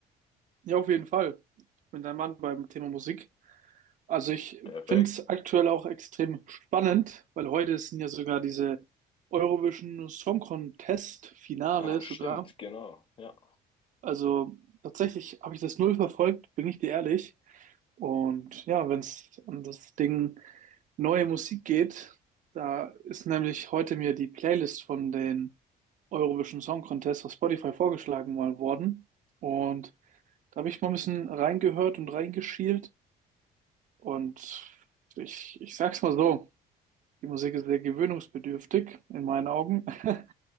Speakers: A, on the right (about 50°); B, on the left (about 30°).
A: Ja, auf jeden Fall. Ich bin dein Mann beim Thema Musik. Also ich
B: Perfekt.
A: finde es aktuell auch extrem spannend, weil heute sind ja sogar diese Eurovision Song Contest Finale
B: Ach, stimmt,
A: sogar.
B: genau. Ja.
A: Also tatsächlich habe ich das null verfolgt, bin ich dir ehrlich. Und ja, wenn es um das Ding neue Musik geht, da ist nämlich heute mir die Playlist von den Eurovision Song Contest auf Spotify vorgeschlagen mal worden. Und da habe ich mal ein bisschen reingehört und reingeschielt. Und ich, ich sag's mal so, die Musik ist sehr gewöhnungsbedürftig in meinen Augen. <laughs>